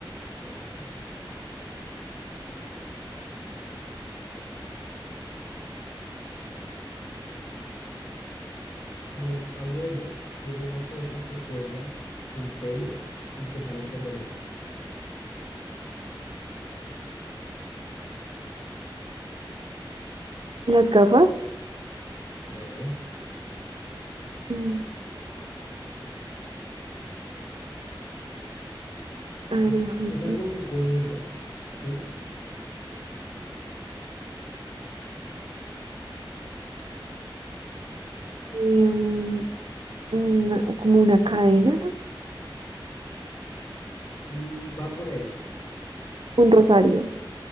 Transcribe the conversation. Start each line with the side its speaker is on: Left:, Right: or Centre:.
Left: a ver, a ver, a ver. El abuelo tiene una cosa que cuelga sin pelo y que sale por delante.
Right: ¿Las gafas?
Left: No,
Right: Mm, A ver,
Left: es
Right: déjame
Left: es
Right: pensar.
Left: algo que cuelga, ¿sí?
Right: Em, una- como una cadena,
Left: Mm, va por ahí,
Right: un rosario.